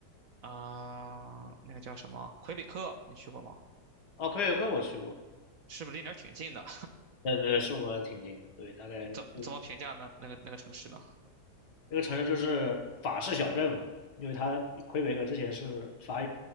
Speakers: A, on the right (about 55°); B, on the left (about 70°).
A: 嗯，那个叫什么魁北克，你去过吗？
B: 哦，魁北克我去过，
A: 是不是离那儿挺近的？
B: 对对对是我们挺近的，对，大概就
A: <laughs> 怎怎么评价那那个那个城市呢？
B: 那个城市就是法式小镇嘛，因为它魁北克之前是法